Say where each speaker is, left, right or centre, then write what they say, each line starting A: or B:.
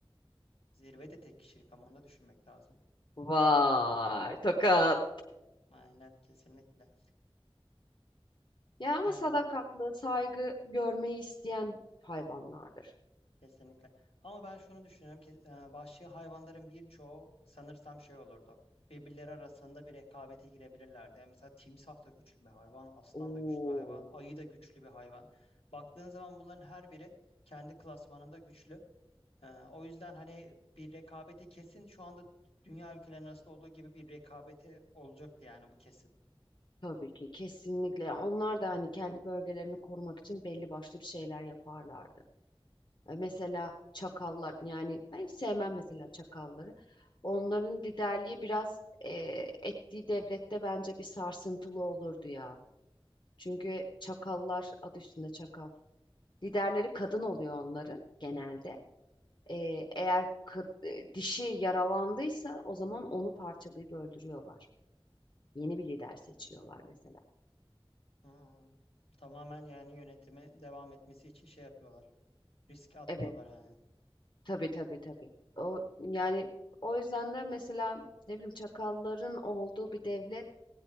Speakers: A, on the left; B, on the left.
A: zirve de tek kişilik ama onu da düşünmek lazım.
B: Vay, tokat.
A: Aynen kesinlikle.
B: Ya ama
A: Yani
B: sadakatli, saygı görmeyi isteyen hayvanlardır.
A: kesinlikle. Ama ben şunu düşünüyorum ki e, vahşi hayvanların birçoğu sanırsam şey olurdu. Birbirleri arasında bir rekabete girebilirlerdi. Yani mesela timsah da güçlü bir hayvan, aslan
B: Oo,
A: da güçlü bir hayvan, ayı da güçlü bir hayvan. Baktığın zaman bunların her biri kendi klasmanında güçlü. Ee, o yüzden hani bir rekabete kesin şu anda dünya ülkelerinin arasında olduğu gibi bir rekabete olacaktı yani bu kesin.
B: tabii ki kesinlikle. Onlar da hani kendi bölgelerini korumak için belli başlı bir şeyler yaparlardı. E, Mesela çakallar yani ben hiç sevmem mesela çakalları. Onların liderliği biraz e, ettiği devlette bence bir sarsıntılı olurdu ya. Çünkü çakallar adı üstünde çakal. Liderleri kadın oluyor onların genelde. E, eğer kad- e, dişi yaralandıysa o zaman onu parçalayıp öldürüyorlar. Yeni bir lider seçiyorlar mesela.
A: Hmm. Tamamen yani yönetimi devam etmesi için şey yapıyorlar. Risk atmıyorlar
B: Evet.
A: yani.
B: Tabii tabii tabii. O yani o yüzden de mesela ne bileyim çakalların olduğu bir devlet